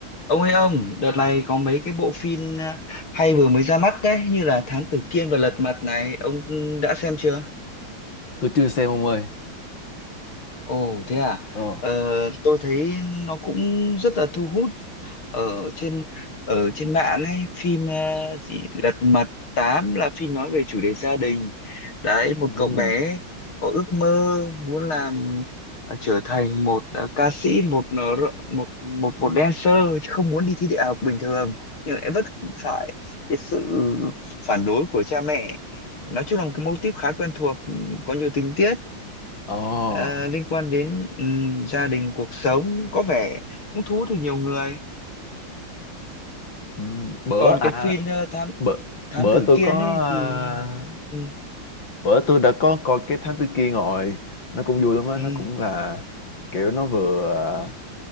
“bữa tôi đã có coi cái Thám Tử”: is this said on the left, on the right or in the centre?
Left